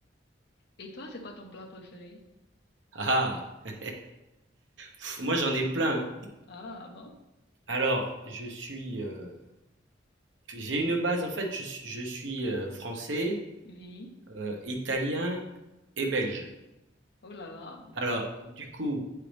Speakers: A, on the left; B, on the right.
A: Et toi, c'est quoi ton plat préféré?
B: Ah ah. <laughs> Pff, Moi j'en ai plein.
A: Ah, avant?
B: Alors, je suis, euh, j'ai une base en fait. Je, suis je suis, euh, français,
A: Oui.
B: euh, italien et belge.
A: Oh là là.
B: Alors, du coup,